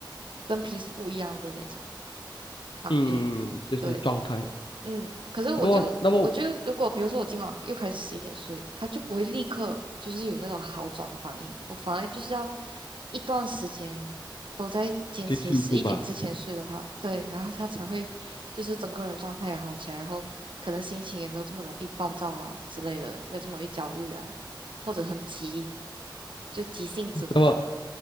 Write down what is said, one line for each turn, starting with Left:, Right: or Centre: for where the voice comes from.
Right: 跟平时不一样的那种反应。
Left: 嗯，嗯嗯就是状态。
Right: 对，嗯，可是我就我就如果比如说我今晚又开始十一点睡，
Left: 那么，那么
Right: 他就不会立刻就是有那种好转的反应，我反而就是要一段时间都在坚持十一点之前睡的话，
Left: 就幸福吧。
Right: 对，然后他才会就是整个人状态也好起来，然后可能心情也没有这么容易暴躁啊之类的，没有这么容易焦虑啊，或者很急，就急性子那种，
Left: 那么，